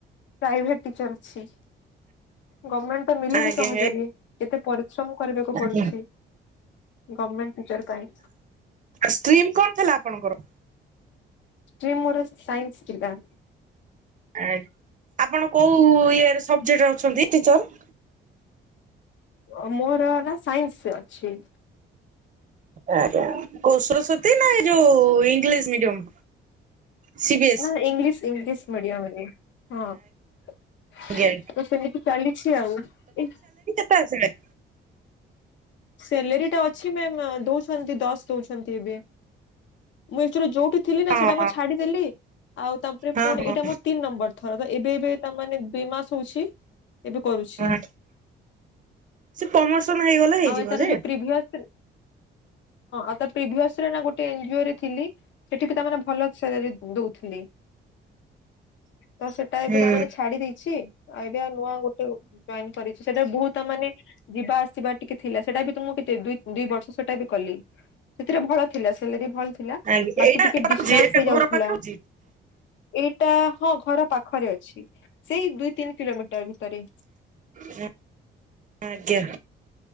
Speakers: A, on the left; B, on the right.
A: ପ୍ରାଇଭେଟ୍ ଟିଚର ଅଛି। ଗମେଣ୍ଟ ତ ମିଳୁନି
B: ଆଜ୍ଞା
A: ସହଜରେ କେତେ ପରିଶ୍ରମ କରିବାକୁ
B: ଆଜ୍ଞା।
A: ପଡୁଛି। ଗମେଣ୍ଟ ଟିଚର ପାଇଁ।
B: ଷ୍ଟ୍ରିମ କଣ ଥିଲା ଆପଣଙ୍କର?
A: ଷ୍ଟ୍ରିମ ମୋର ସାଇନ୍ସ ଥିଲା।
B: ଆ ଆପଣ କୋଉ ଇଏରେ ସବଜେକ୍ଟରେ ଅଛନ୍ତି ଟିଚର?
A: ଅ ମୋର ହେଲା ସାଇନ୍ସ ଅଛି।
B: ଆଜ୍ଞା କୋଉ ସରସ୍ଵତୀ ନା ଏ ଯୋଉ English medium C B S
A: ନା ନା ଇଂଲିଶ ଇଂଲିଶ ମିଡିୟମ ରେ। ହଁ
B: ଆଜ୍ଞା।
A: ତ ସେମିତି ଚାଲିଛି ଆଉ ଏଇ
B: ଟା ଆସି ନାଇ
A: ସ୍ୟାଲେରୀଟା ଅଛି ମ୍ୟାମ ଦଉଛନ୍ତି ଦଶ ଦଉଛନ୍ତି ଏବେ। ମୁଁ ଏକ୍ଚୋଲି ଯୋଉଠି ଥିଲ ନା
B: ହଁ
A: ସେଇଟା ମୁଁ ଛାଡିଦେଲି ଆଉ ତାପରେ
B: ହଁ
A: ପୁଣି
B: ହଁ
A: ଏଇଟା ମୋର ତିନି ନମ୍ବର। ଥର ତ ଏବେ ଏବେ ତାମାନେ ଦୁଇ ମାସ ହଉଛି ଏବେ କରୁଛି।
B: ହଁ ସେ ପମୋସନ ହେଇଗଲା ହେଇଯିବ
A: ଆଉ ଏ ତାର
B: ଯେ।
A: ଯୋଉ ପ୍ରିଭିୟସ ହଁ ଆଉ ପ୍ରିଭିଅସରେ ନା ଗୋଟେ ଏନ୍ଜିଓରେ ଥିଲି। ସେଠିକି ତାମାନେ ଭଲ ସ୍ୟାଲେରୀ ଦୋଉଥିଲେ।
B: <inaudible>
A: ତ ସେଟା ଏବେ
B: ହୁଁ
A: ତାମାନେ ଛାଡ଼ି ଦେଇଚି। ଆଇଡ଼ିଆ ନୂଆ ଗୋଟେ ଉ ବ୍ୟାଙ୍କ କରିଚି ସେଟା ବୋହୁତ ତା ମାନେ ଯିବା ଆସିବା ଟିକେ ଥିଲା। ସେଟା ବି ତୁମକୁ କେତେ ଦୁ ଦିଇ ବର୍ଷ ସେଟା ବି କଲି। ସେଥିରେ ଭଲ ଥିଲା ସ୍ୟାଲେରୀ ଭଲ ଥିଲା
B: ଆଜ୍ଞା
A: ବାକି
B: ଏଇଟା
A: ଟିକେ
B: ପାଉଛି
A: ଡିଷ୍ଟାନ୍ସ
B: ଏଇଟା
A: ହେଇ
B: ଘର
A: ଯାଉଥିଲା।
B: ପାଖାଉଛି
A: ଏଇଟା ହଁ ଘର ପାଖରେ ଅଛି। ସେଇ ଦୁଇ ତିନି କିଲୋମିଟର ଭିତରେ।
B: ହଁ ଆଜ୍ଞା।